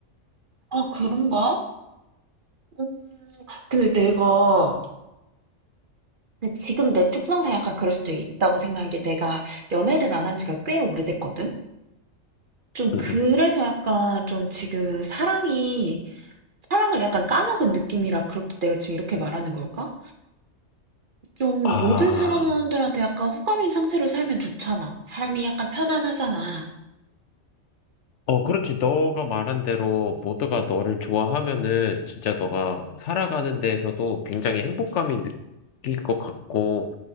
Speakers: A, on the right (about 50°); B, on the left (about 70°).
A: 아 그런가? 음. 근데 내가 지금 내 특성상 약간 그럴 수도 있다고 생각한 게 내가 연애를 안 한 지가 꽤 오래됐거든? 좀
B: 응,
A: 그래서
B: 응.
A: 약간 좀 지금 사랑이 사랑을 약간 까먹은 느낌이라 그렇 내가 지금 이렇게 말하는 걸까? 좀
B: 아,
A: 모든 사람들한테 약간 호감인 상태로 살면 좋잖아. 삶이 약간 편안하잖아.
B: 어, 그렇지. 너가 말한 대로 모두가 너를 좋아하면은 진짜 너가 살아가는 데에서도 굉장히 행복감이 느낄 것 같고,